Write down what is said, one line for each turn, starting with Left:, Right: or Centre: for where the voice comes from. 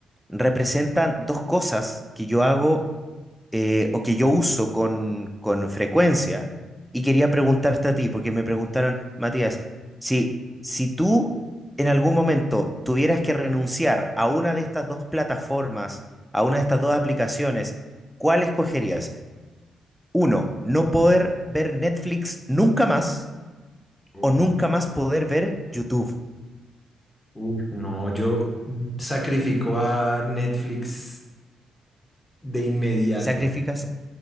Centre: representan dos cosas que yo hago eh, o que yo uso con, con frecuencia. Y quería preguntarte a ti, porque me preguntaron, Matías, si, si tú en algún momento tuvieras que renunciar a una de estas dos plataformas, a una de estas dos aplicaciones, ¿cuál escogerías? Uno, no poder ver Netflix nunca más
Left: Uf.
Centre: o nunca más poder ver YouTube.
Left: Uf, no, yo sacrifico a Netflix de inmediato.
Centre: Sacrificas,